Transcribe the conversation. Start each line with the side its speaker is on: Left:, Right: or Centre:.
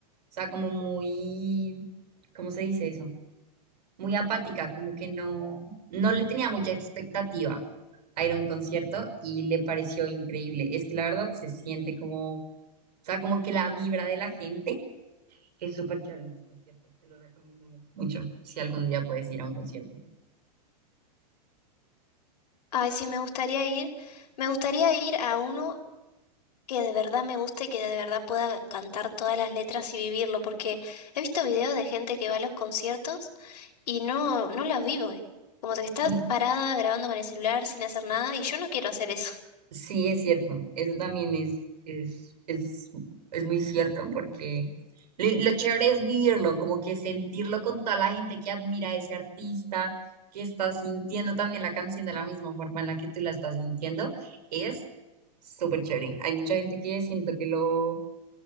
Right: o sea, como muy, ¿cómo se dice eso? muy apática, como que no, no le tenía mucha expectativa a ir a un concierto y le pareció increíble. Es que la verdad se siente como, o sea, como que la vibra de la gente es súper chévere en los conciertos. Te lo recomiendo mucho si algún día puedes ir a un concierto.
Left: ay, sí, me gustaría ir. Me gustaría ir a uno que de verdad me guste y que de verdad pueda cantar todas las letras y vivirlo, porque he visto videos de gente que va a los conciertos y no, no los vivo, eh. Como que estás
Right: Como
Left: parada grabando con el celular sin hacer nada y yo no quiero hacer eso.
Right: Sí, es cierto. Eso también es, es, es, es muy cierto porque lo, lo chévere es vivirlo, como que sentirlo con toda la gente que admira a ese artista, que está sintiendo también la canción de la misma forma en la que tú la estás sintiendo, es súper chévere. Hay mucha gente que siento que lo,